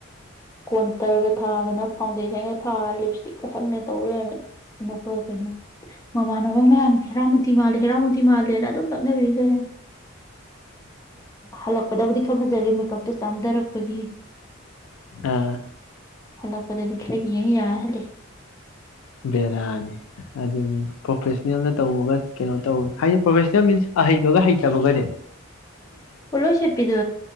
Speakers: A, on the left (about 15°); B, on the left (about 80°).
A: ꯀꯣꯟꯇꯔꯒ ꯊꯥꯗꯅ ꯐꯥꯎꯟꯗꯦꯁꯟꯒ ꯊꯥ ꯂꯤꯞ ꯏꯁꯇꯤꯛꯀ ꯁꯪꯅ ꯇꯧꯔꯣꯏꯔ ꯀꯩꯅꯣ ꯃꯃꯥꯟꯅꯕ ꯃꯌꯥꯝ ꯍꯦꯔꯥꯃꯨꯇꯤ ꯃꯥꯜꯂ ꯍꯦꯔꯥꯃꯨꯇꯤ ꯃꯥꯂ ꯅ ꯑꯗꯨꯝ ꯅꯛꯅꯕꯤꯈ꯭ꯔꯦ ꯍꯜꯂꯛꯄꯗꯕꯨꯗꯤ ꯈꯔ ꯐꯖꯔꯦ ꯃꯦꯀꯞ ꯑꯗꯨ ꯆꯥꯝꯊꯔꯛꯄꯒꯤ
B: ꯑꯥ
A: ꯍꯜꯂꯛꯄꯗꯗꯤ ꯈꯔ ꯌꯦꯡ ꯌꯥ ꯍꯜꯂ
B: ꯕꯦꯔꯅꯤ ꯑꯗꯨꯝ ꯄ꯭ꯔꯣꯐꯦꯁꯅꯦꯜꯅ ꯇꯧꯕꯒ ꯀꯩꯅꯣ ꯇꯧꯕ ꯍꯥꯏꯗꯤ ꯄ꯭ꯔꯣꯐꯦꯁꯅꯦꯜ ꯃꯤꯟꯁ ꯑꯍꯩꯕꯒ ꯍꯩꯇꯕꯒꯗꯤ
A: ꯄꯣꯠꯂꯣꯏ ꯁꯦꯠꯄꯤꯗꯣ